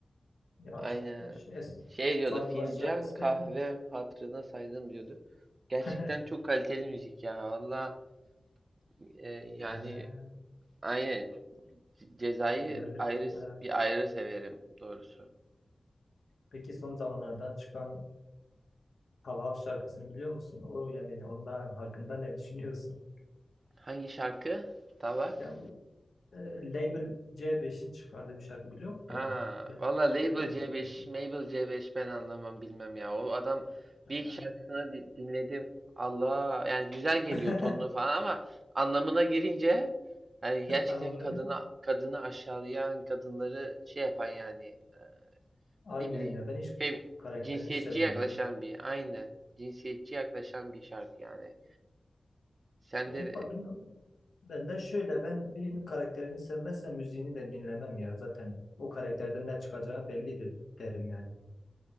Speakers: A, on the left; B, on the right.
A: Ya
B: Aynen.
A: ş- es
B: Şey diyordu.
A: Fark
B: Fincan
A: Var şarkısı
B: kahvem
A: peki.
B: hatırına saydım diyordu. Gerçekten
A: <laughs>
B: çok kaliteli müzik ya. Valla e, yani
A: Ee,
B: aynen Ceza'yı
A: güzeldir.
B: ayrı
A: de. Ha.
B: bir ayrı severim doğrusu.
A: Peki son zamanlarda çıkan Hav Hav şarkısını biliyor musun? O yani onda hakkında ne düşünüyorsun?
B: Hangi şarkı? Tabak.
A: Ya bu e, Label C5'in çıkardığı bir şarkı biliyor musun?
B: Ha,
A: Ben
B: valla Label
A: görmemişsin.
B: C5, Mabel C5 ben anlamam bilmem ya. O adam
A: Ha.
B: bir iki şarkısını di- dinledim. Allah yani güzel geliyor
A: <laughs>
B: tonlu falan ama anlamına girince yani gerçekten
A: Anladım.
B: kadına kadını aşağılayan, kadınları şey yapan yani e,
A: Aynen
B: ne bileyim
A: ya. Ben hiç
B: fem,
A: karakterini
B: cinsiyetçi
A: sevmiyorum.
B: yaklaşan bir aynı cinsiyetçi yaklaşan bir şarkı yani. Sen
A: Ya
B: de
A: İkbal bilmem. Ben de şöyle ben birinin karakterini sevmezsem müziğini de dinlemem ya. Zaten o karakterden ne çıkacağı bellidir derim yani.